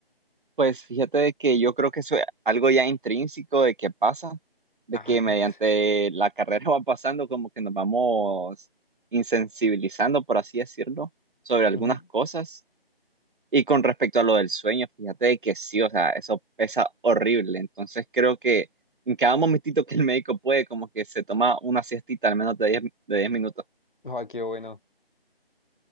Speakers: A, on the right; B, on the left.
A: Pues fíjate de que yo creo que eso es algo ya intrínseco de que pasa, de
B: Ah,
A: que mediante
B: <laughs>
A: la carrera <laughs> va pasando como que nos vamos insensibilizando, por así decirlo, sobre algunas
B: ujú.
A: cosas. Y con respecto a lo del sueño, fíjate de que sí, o sea, eso pesa horrible. Entonces creo que en cada momentito que el médico puede, como que se toma una siestita al menos de diez de 10 minutos.
B: Ah, qué bueno.